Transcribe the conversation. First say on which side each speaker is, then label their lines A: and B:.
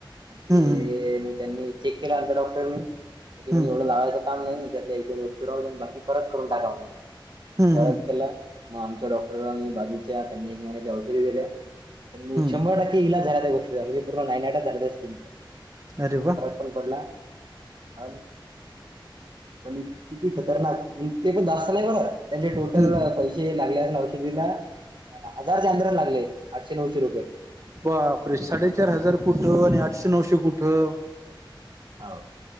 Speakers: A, on the right (about 60°); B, on the right (about 35°).
A: मग ते
B: हम्म
A: मग त्यांनी चेक केला आमच्या डॉक्टरनी ते म्हने
B: हम्म
A: एवढं लावायच काम नाही याच्यातल्या एक दोन वस्तू राहू द्या आणि बाकी परत करून टाका म्हणे
B: हम्म
A: परत
B: हम्म
A: केल म आमच्या डॉक्टरांनी बाजूच्या त्यांनी एक महिन्याच्या औषध दिले पण
B: हम्म
A: शंभर टक्के ते इलाज झाला त्या गोष्टीचा म्हणजे पूर्ण नाईनाटच झाल त्या स्कीमच
B: अरे वा
A: पण पडला हां ना पण किती खतरनाक ते पण जास्त नाही बघतं त्यांचे टोटल
B: हम्म
A: पैसे लागले औषधीला हजारच्या अन्दरच लागले आठशे नऊशे रुपय
B: बापरे साडेचार हजार कुठं आणि आठशे नऊशे कुठं
A: हाव